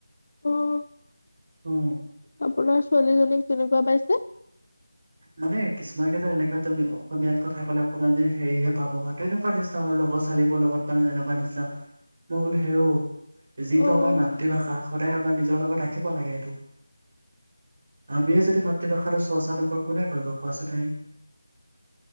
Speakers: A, on the left; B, on the right.
A: অ',
B: অ
A: আপোনাৰ ছোৱালীজনীক কেনেকুৱা পাইছে।
B: মানে কিছুমান <unintelligible> এনেকুৱা তুমি অসমীয়াত কথা ক'লে অকণমান যে হেৰিহে পাব হয়। তেনেকুৱা নিছিনা আৰু লগৰ ছোৱালীবোৰৰ লগত মানে তেনেকুৱা নিচা মই বোলো হেৰঁও। যিটো
A: অ',
B: আমাৰ মাতৃভাষা সদায় আমাৰ নিজৰ লগত ৰাখিব লাগে সেইটো। আমিয়ে যদি মাতৃভাষাটো চৰ্চা নকৰো কোনে কৰিব কোৱাচোন ন হে।